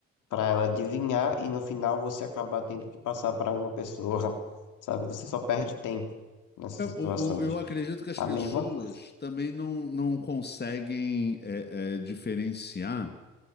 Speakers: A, on the left; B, on the left.
A: para ela adivinhar e no final você acabar tendo que passar para uma pessoa, <laughs> sabe? Você só perde tempo nessas
B: É, o-
A: situações.
B: o- eu acredito que as
A: A
B: pessoas
A: mesma coisa.
B: também não, não conseguem é, é, diferenciar